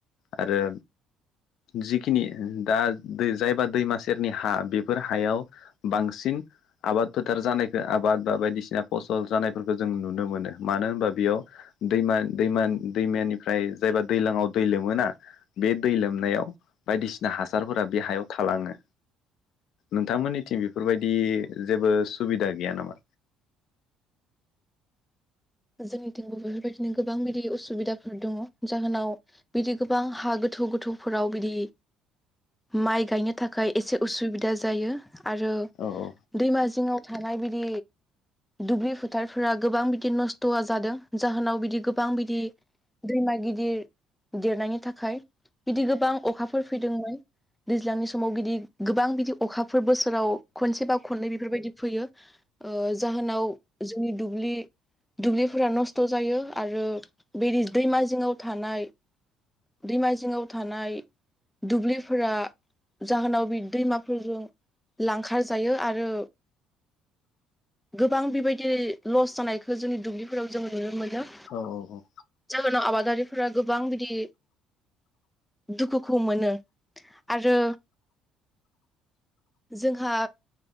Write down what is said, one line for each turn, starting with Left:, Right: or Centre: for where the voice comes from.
Left: आरो जिखिनि दा जायबा दैमा सेरनि हा बेफोर हायाव बांसिन आबाद फोथार जानाय आबाद बा बायदिसिना फसल जानायफोरखौ जों नुनो मोनो मानो होनबा बेयाव दैमा दैमा दैमानिफ्राय जायबा दैजलांआव दै लोमोना बे दै लोमनायाव बायदिसिना हासारफोरा बे हायाव थालाङो नोंथांमोननिथिं बे-घ- बेफोरबायदि जेबो सुबिदा गैया नामा?
Centre: जोंनिथिंबो बेफोरबायदिनो गोबां बिदि असुबिदाफोर दङ जाहोनाव बिदि गोबां हा गोथौ गोथौफोराव बिदि माइ गायनो थाखाय एसे उसुबिदा जायो आरो
Left: औ औ।
Centre: दैमा जिङाव थानाय बिदि दुब्लि फोथारफोरा गोबां बिदि नस्थ द'वा जादों जाहोनाव बिदि गोबां बिदि दैमा गिदिर देरनायनि थाखाय बिदि गोबां अखा फोर फैदोंमोन दैज्लांनि समाव बिदि गोबां बिदि अखाफोर बोसोराव खनसे बा खननै बेफोरबायदि फैयो जाहोनाव जोंनि दुब्लि दुब्लिफोरा नस्थ' जायो आरो बे दैमा जिङाव थानाय दैमा जिङाव थानाय दुब्लिफोरा जाहोनाव बे दैमाफोरजों लांखार जायो आरो गोबां बेबायदि लस जानायखौ जोंनि दुब्लिफोराव जोंङो नुनो मोनो?
Left: औ औ औ
Centre: जाहोनाव आबादारिफोरा गोबां बिदि दुखुखौ मोनो आरो जोंहा